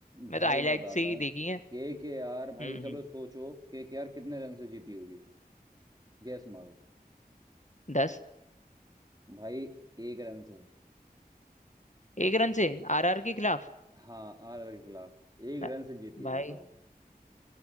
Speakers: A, on the left (about 50°); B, on the right (about 25°).
A: मैं
B: भाई
A: तो हाईलाइट
B: मैं बताता
A: से ही
B: हूँ
A: देखी है
B: के के
A: हम्म
B: आर भाई चलो
A: हम्म।
B: सोचो के के आर कितने रन से जीती होगी गैस मारो
A: दस
B: भाई एक रन से
A: एक रन से आरआर के खिलाफ
B: हाँ आर आर के खिलाफ एक
A: अ-
B: रन से जीती
A: भाई
B: है बताओ